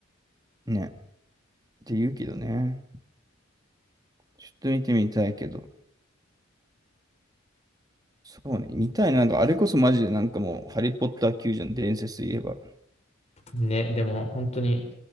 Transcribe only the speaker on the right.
ね。って言うけどね。ちょっと見てみたいけど。そうね。見たい。なんかあれこそマジでなんかもう、ハリー・ポッター級じゃん、伝説で言えば。